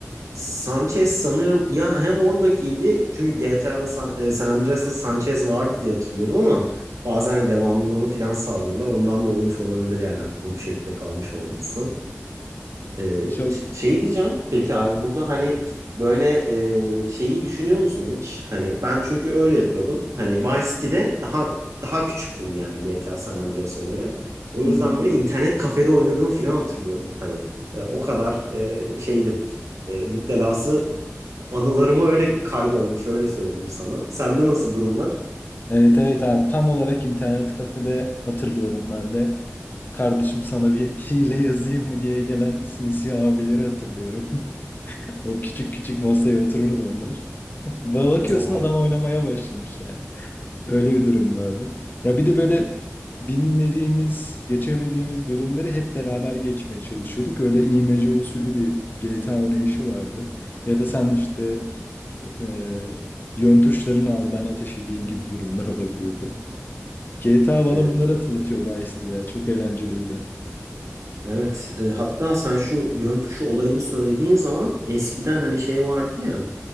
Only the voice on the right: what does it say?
Sanchez sanıyorum ya hem oradakiydi çünkü GTA'da San, e, San Andreas'ta Sanchez vardı diye hatırlıyorum ama bazen hani devamlılığını falan sağlıyorlar. Ondan da olmuş olabilir yani aklına bu şekilde kalmış olması. Ee,
şey diyeceğim. Peki abi burada hani böyle e, şeyi düşünüyor musun hiç? Hani ben çünkü öyle yapıyordum. Hani Vice City'de daha daha küçüktüm yani GTA San Andreas'a göre. O
yüzden
böyle internet kafede oynadığımı falan hatırlıyorum. Hani e, o kadar e, şeydim. E, müptelası anılarıma öyle kaydolmuş öyle söyleyeyim sana. Sende nasıl durumlar?
Hmm,
Evet.
Evet.
Evet. E, hatta sen şu yön tuşu olayını söylediğin zaman eskiden hani şey vardı ya